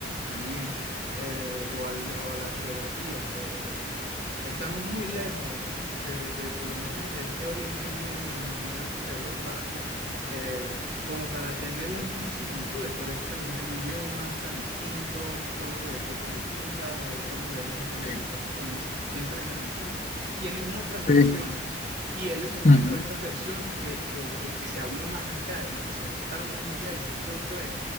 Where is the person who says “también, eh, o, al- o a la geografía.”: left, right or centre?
Right